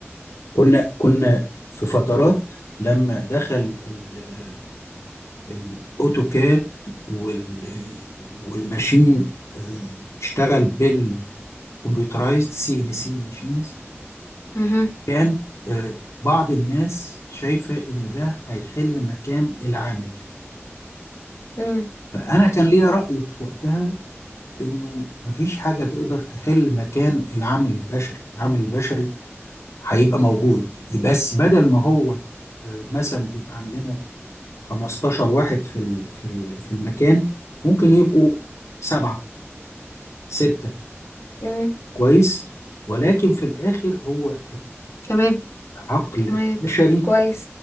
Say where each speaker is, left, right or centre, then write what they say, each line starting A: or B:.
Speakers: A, on the left; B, on the left.
A: كنا كنا في فترات لما دخل ال- آه، الاوتوكاد وال والماشين آه، بتشتغل بالكمبيوترايزد سي ان سي ماشينز
B: مهم.
A: كان آه، بعض الناس شايفة إنه ده هيحل مكان العامل
B: مم.
A: فأنا كان ليا رأي في وقتها إنه مفيش حاجة تقدر تحل مكان العامل البشري العامل البشري هيبقى موجود بس بدل ما هو آه، مثلا بيبقى عندنا 15 واحد في ال- في ال- في المكان ممكن يبقوا سبعة ستة
B: مم.
A: كويس ولكن في الآخر هو
B: تمام
A: العقل
B: تمام
A: البشري
B: كويس